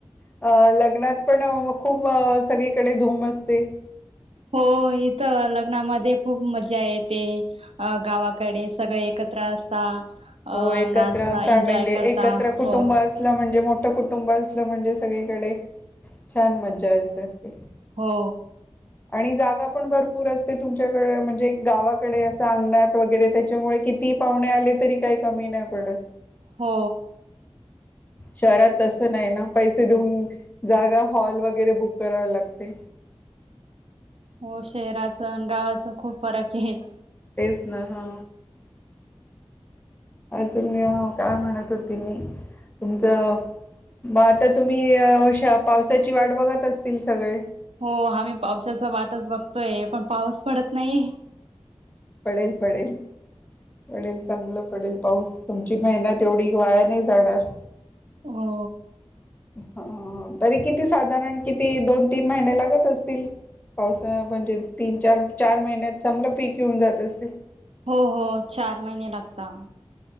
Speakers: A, on the left; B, on the right.
A: अ लग्नात पण खूप सगळीकडे धूम असते.
B: हो इथं लग्नामध्ये खूप मज्जा येते. अ गावाकडे सगळे एकत्र असता. अ
A: हो एकत्र
B: नाचता
A: फॅमिली
B: एन्जॉय करता
A: एकत्र कुटुंब
B: हो
A: असलं म्हणजे मो ट कुटुंब असलं म्हणजे सगळीकडे छान मज्जा येत असेल.
B: हो.
A: आणि जागा पण भरपूर असते तुमच्याकडे म्हणजे गावाकडे असं अंगणात वगैरे त्याच्यामुळे, किती पाहुणे आले तरी काही कमी नाही पडत.
B: हो.
A: शहरात तस नाही ना पैसे देऊन जागा हॉल वगैरे बुक करावे लागते.
B: हो शहराच गावाच खूप फरक हे.
A: तेच ना हा. असजून मी काय म्हणत होती मी तुमचं म आता, तुम्ही अशा पावसाची वाट बघत असतील सगळे?
B: हो आम्ही पावसाचा वाटच बघतोय पण पाऊस पडत नाही.
A: पडेल, पडेल, पडेल चांगलं पडेल पाऊस तुमची मेहनत एवढी वाया नाही जाणार.
B: हो.
A: ह तरी किती साधारण किती दोन तीन महिने लागत असतील पावसा म्हणजे तीन चार चार महिन्यात चांगलं पीक येऊन जात असेल?
B: हो हो चार महिने लागता.